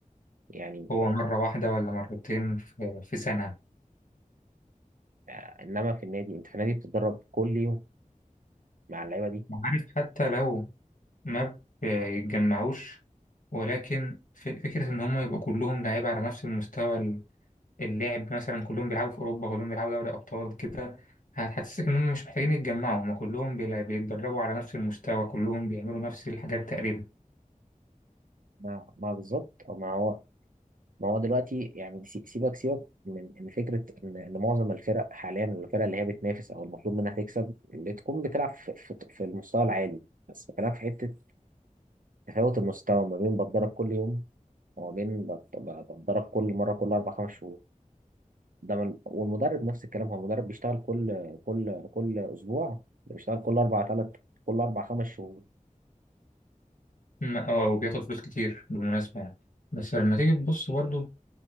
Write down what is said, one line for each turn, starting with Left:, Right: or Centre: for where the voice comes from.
Right: يعني
Left: هو مرة واحدة ولا مرتين في في سنة
Right: آه، إنما في النادي أنت في النادي بتتدرب كل يوم مع اللعيبة دي
Left: عارف حتى لو ما بيتجمعوش ولكن ف- فكرة إن هم يبقوا كلهم لعيبة على نفس المستوى اللعب مثلا كلهم بيلعبوا في أوروبا كلهم بيلعبوا دوري أبطال كده هتحسسك إن هم مش محتاجين يتجمعوا هم كلهم بيلا- بيتدربوا على نفس المستوى كلهم بيعملوا نفس الحاجات تقريبا
Right: مع مع بالظبط أو مع ما هو دلوقتي يعني سي- سيبك سيبك من من فكره ان إن معظم الفرق حاليا الفرق اللي هي بتنافس او المطلوب منها تكسب اللي تكون بتلعب في في- في المستوى العالي بس بتلعب في حته تفاوت المستوى ما بين بتدرب كل يوم وما بين بت- ب- بتدرب كل مره كل اربع خمس شهور ده من والمدرب نفس الكلام هو المدرب بيشتغل كل كل كل اسبوع بيشتغل كل اربع ثلاث كل اربع خمس شهور
Left: ما- أو أو بياخد فلوس كتير بالمناسبة يعني بس لما تيجي تبص برضو